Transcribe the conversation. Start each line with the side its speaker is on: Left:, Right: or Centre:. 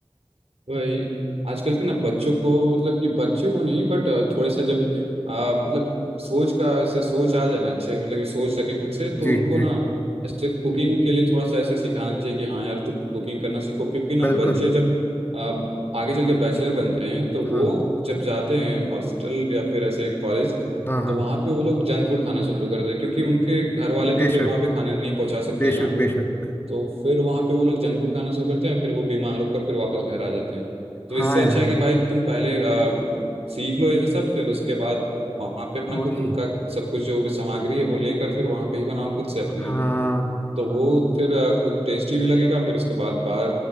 Right: वही आजकल के ना बच्चों को मतलब कि बच्चे को नहीं बट थोड़े से जब आ, मतलब सोच का से सोच आ जाए ना अच्छे मतलब कि सोच सके खुद से तो
Left: जी
Right: उनको
Left: जी
Right: ना ऐसे कुकिंग के लिए थोड़ा सा ऐसे सिखाना चाहिए कि हाँ यार तुम कुकिंग करना सीखो क्योंकि ना
Left: बिल्कुल
Right: बच्चे जब आ, आगे चल के बैचलर बनते हैं तो
Left: हाँ
Right: वो जब जाते हैं हॉस्टल या फिर ऐसे कॉलेज
Left: हाँ हाँ
Right: तो वहाँ पे वो लोग जंक फूड खाना शुरू कर देते हैं क्योंकि उनके घर वाले
Left: बेशक
Right: तो फिर वहाँ पे खाना नहीं पहुँचा सकते
Left: बेशक
Right: हैं ना
Left: बेशक
Right: तो फिर वहां पे वो लोग जंक फूड खाना शुरू करते हैं फिर वो बीमार होकर फिर वापस घर आ जाते हैं तो
Left: हाँ
Right: इससे
Left: यार
Right: अच्छा है कि भाई तुम पहले अ, सीख लो ये सब फिर उसके बाद वहां पे अपना
Left: वही
Right: खुद का सब कुछ जो भी सामग्री है वो लेकर फिर वहां पे ही बनाओ खुद से अपने
Left: हाँ
Right: तो वो फिर अ, खुद टेस्टी भी लगेगा फिर उसके बाद बाहर